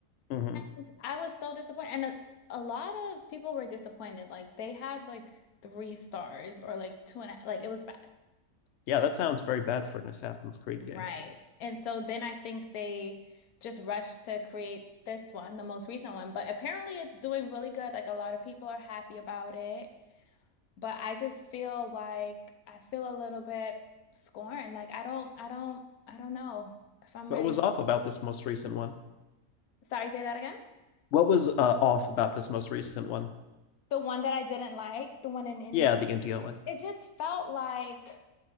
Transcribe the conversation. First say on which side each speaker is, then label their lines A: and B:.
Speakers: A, on the left; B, on the left.
A: hmm
B: And I was so disappointed. And a, a lot of people were disappointed. Like they had like three stars or like two and a, like it was bad.
A: Yeah, that sounds very bad for an Assassin's Creed
B: Right.
A: game.
B: And so then I think they just rushed to create this one, the most recent one. But apparently it's doing really good. Like a lot of people are happy about it. But I just feel like I feel a little bit scorned. Like I don't, I don't, I don't know if I'm
A: What
B: ready.
A: was
B: to-
A: off about this most recent one?
B: Sorry, say that again.
A: What was uh, off about this most recent one?
B: The one that I didn't like, the one in India,
A: Yeah, the India one.
B: it just felt like